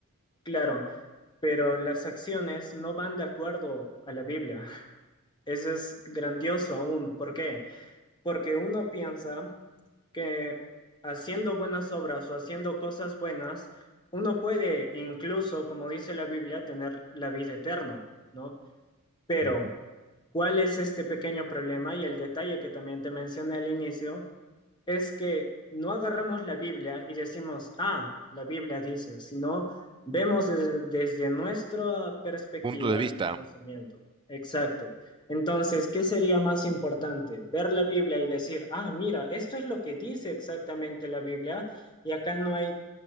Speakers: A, on the left (about 20°); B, on the right (about 20°).
A: Claro, pero las acciones no van de acuerdo a la Biblia. <laughs> Eso es grandioso aún. ¿Por qué? Porque uno piensa que haciendo buenas obras o haciendo cosas buenas, uno puede incluso, como dice la Biblia, tener la vida eterna, ¿no? Pero,
B: Ujú.
A: ¿cuál es este pequeño problema? Y el detalle que también te mencioné al inicio es que no agarramos la Biblia y decimos, ah, la Biblia dice, sino vemos desde, desde nuestra perspectiva
B: Punto de vista,
A: y conocimiento. Exacto. Entonces, ¿qué sería más importante? Ver la Biblia y decir, ah, mira, esto es lo que dice exactamente la Biblia y acá no hay